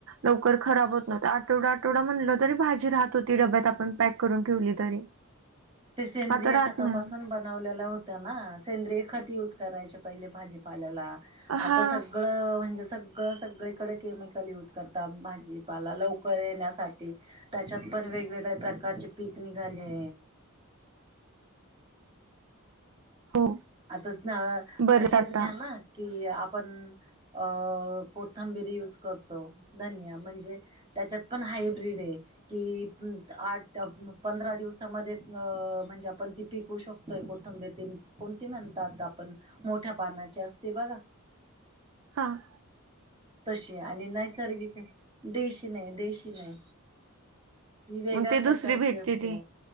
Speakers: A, on the right (about 60°); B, on the right (about 20°).
A: लवकर खराब होतं नव्हत्या. आठवडा आठवडा म्हणलं तरी भाजी राहत होती, डब्यात आपण पॅक करून ठेवली तरी.
B: ते सेंद्रिय
A: आता राहत
B: खतापासून
A: नाही
B: बनवलेलं होतं ना, सेंद्रिय खत यूज करायचे पहिले भाजी. पाल्याला आता
A: हा
B: सगळं म्हणजे सग क सगळीकडे केमिकल यूज करतात भाजीपाला लवकर येण्यासाठी. तेच्यात पण वेगवेगळ्या प्रकारचे पिक निघाले.
A: हो.
B: आताच ना
A: बरंच
B: हेच
A: आता
B: घ्या ना कि आपण अ कोथंबिरी यूज करतो धनिया म्हणजे त्याच्यात पण हायब्रीड आहे. कि आठ पंधरा दिवसामध्ये अ म्हणजे आपण ती पिकू शकतोय कोथंबीर ते कोणती म्हणतात आपण मोठ्या पानाची असते बघा
A: हां.
B: तशी आणि नैसर्गिक देशी नाय देशी नाय ती वेगळ्या
A: मग ते
B: प्रकारची
A: दुसरी भेटते
B: असते
A: ती